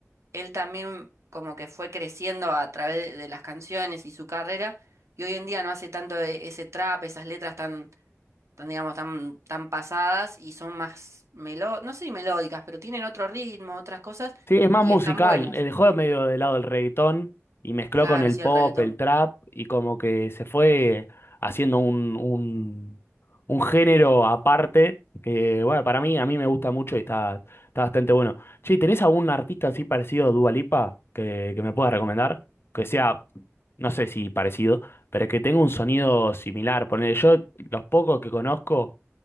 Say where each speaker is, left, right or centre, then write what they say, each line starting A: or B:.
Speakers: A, on the right; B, on the left.
A: él también como que fue creciendo a través de, de las canciones y su carrera y hoy en día no hace tanto e- ese trap, esas letras tan, tan digamos, tan, tan pasadas y son más, melo no sé si melódicas, pero tienen otro ritmo, otras cosas
B: Sí, es más
A: y
B: musical.
A: están buenas.
B: eh, Dejó de medio de lado el reggaetón y mezcló
A: Claro,
B: con el
A: sí,
B: pop,
A: el reggaetón.
B: el trap y como que se fue haciendo un, un, un género aparte que, bueno, para mí, a mí me gusta mucho y está, está bastante bueno. Che, ¿tenés algún artista así parecido a Dua Lipa que, que me puedas recomendar? Que sea, no sé si parecido, pero que tenga un sonido similar. Ponele, yo los pocos que conozco